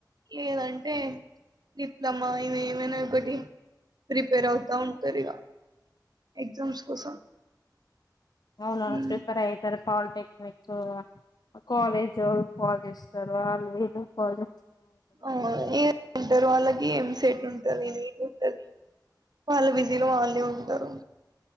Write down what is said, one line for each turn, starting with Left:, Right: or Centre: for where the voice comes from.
Right: లేదంటే డిప్లమ ఇవేమైన ఒకటి ప్రిపేరౌతా ఉంటరిగ. ఎగ్జామ్స్ కోసం.
Left: ఔనవ్ను
Right: ఉమ్
Left: ప్రిపేరైతరు పాల్ టెక్నిక్కు అ కాలేజ్. <unintelligible> కాల్ జేస్తర్ వాళ్ళు వీలు. కాల్జె.
Right: అ ఇగ ఇంటర్ వాళ్ళకి ఎంసెట్ ఉంట టది నీకుంటది. వాళ్ళ బిజీలో వాళ్లే ఉంటారు